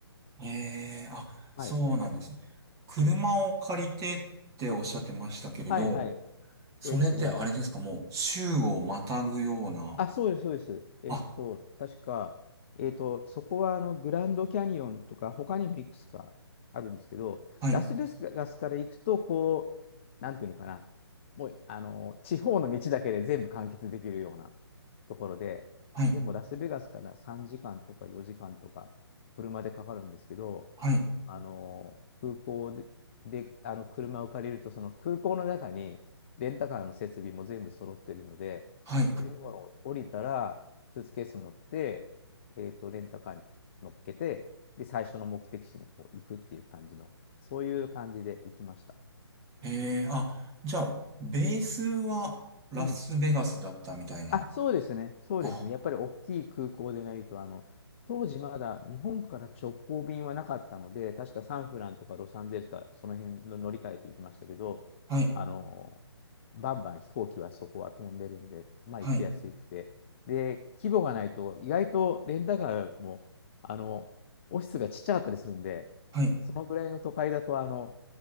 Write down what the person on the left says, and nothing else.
はい。
はい。はいはい。
えっとね、
あ、そうです、そうです。えっと、
確か、えっと、そこはあのグランドキャニオンとか、他にもいくつかあるんですけど、
ラスベガスから行くと、こう、なんていうのかな、もう、あの、地方の道だけで全部完結できるようなところで、
でもラスベガスから3時間とか4時間とか、車でかかるんですけど、
あの、空港で、で、あの、車を借りると、その空港の中に、レンタカーの設備も全部揃ってるので、
でもう降りたら、スーツケース持って、えっと、レンタカーに乗っけて、で、最初の目的地にこう行くっていう感じの、そういう感じで行きました。
うん。あ、そうですね、そうですね。
やっぱり大きい空港でないと、あの、当時まだ日本から直行便はなかったので、確かサンフランとかロサンゼルスか、その辺の乗り換えていきましたけど、
あの、バンバン飛行機はそこは飛んでるんで、まあ行きやすくて。
で、規模がないと、意外とレンタカーも、あの、オフィスがちっちゃかったりするんで、
そのぐらいの都会だと、あの、